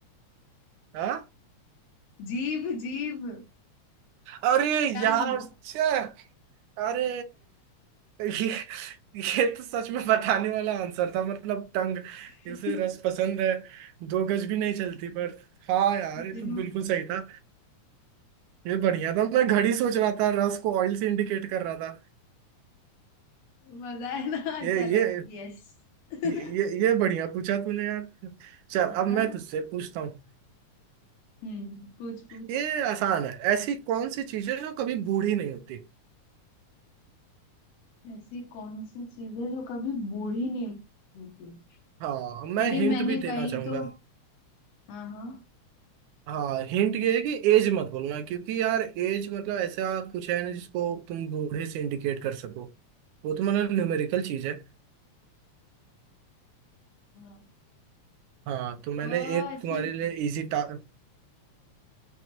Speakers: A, on the right; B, on the left.
A: हाँ
B: जीभ जीभ
A: अरे
B: टंग
A: यार छे! अरे ये ये तो सच में बताने वाला आंसर था मतलब टंग
B: <laughs>
A: इसे रस पसंद है दो गज भी नहीं चलती पर हाँ यार
B: दिन
A: ये तो बिल्कुल सही था ये बढ़िया था मैं घड़ी सोच रहा था रस को ऑयल से इंडिकेट कर रहा था
B: मजा है ना
A: ये
B: चलो
A: ये
B: यस <laughs>
A: ये ये बढ़िया पूछा तूने यार चल
B: हाँ ना
A: अब मैं तुझसे पूछता हूँ
B: हम्म पूछ पूछ
A: ये आसान है ऐसी कौन सी चीजें जो कभी बूढ़ी नहीं होती
B: ऐसी कौन सी चीज है जो कभी बूढ़ी नहीं होती
A: हाँ मैं
B: यार ये
A: हिंट
B: मैंने
A: भी
B: कहीं
A: देना चाहूंगा
B: तो हाँ हाँ
A: हाँ हिंट ये है कि एज मत बोलना क्योंकि यार एज मतलब ऐसा कुछ है ना जिसको तुम बूढ़े से इंडिकेट कर सको वो तो मतलब न्यूमेरिकल चीज है
B: हाँ
A: हाँ तो मैंने
B: अ,
A: एक
B: ऐसी
A: तुम्हारे लिए इजी टा